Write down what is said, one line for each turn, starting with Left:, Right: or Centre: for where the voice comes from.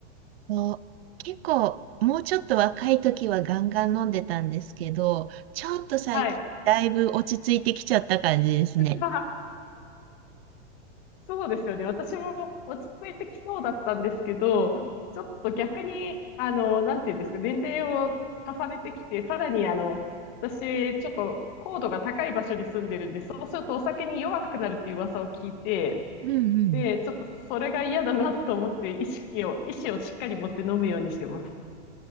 Right: そう結構、もうちょっと若い時はガンガン飲んでたんですけど、ちょっと最近、
Left: はい。
Right: だいぶ落ち着いてきちゃった感じですね。
Left: <laughs> そうですよね。私も落ち着いてきそうだったんですけど、ちょっと逆に、あの、なんていうんですか、年齢を重ねてきて、さらに、あの、私、ちょっと高度が高い場所に住んでるんで、そうするとお酒に弱くなるっていう噂を聞いて、
Right: うんうん。
Left: で、ちょっとそれが嫌だなと思って、意識を、意思をしっかり持って飲むようにしてます。